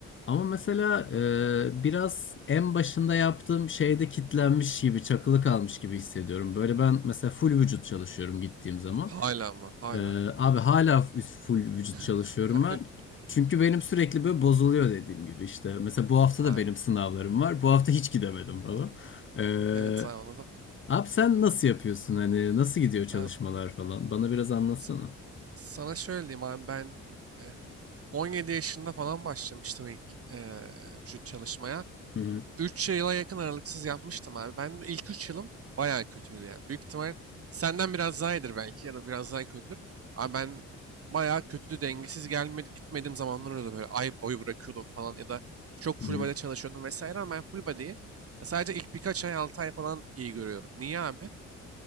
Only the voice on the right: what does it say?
Hala ama hala.
<laughs> Hayır.
Abi.
Evet abi anladım.
Abi,
sa- sana şöyle diyeyim abi ben e, 17 yaşında falan başlamıştım ilk e, vücut çalışmaya.
3 yıla yakın aralıksız yapmıştım abi. Ben de ilk 3 yılım bayağı kötüydü yani. Büyük ihtimal senden biraz daha iyidir belki ya da biraz daha kötüdür. Ama ben bayağı kötüydü dengesiz gelmedi gitmediğim zamanlar oluyordu böyle ay boyu bırakıyordum falan ya da çok full
body çalışıyordum vesaire ama ben full body'yi ya sadece ilk birkaç ay 6 ay falan iyi görüyorum. Niye abi?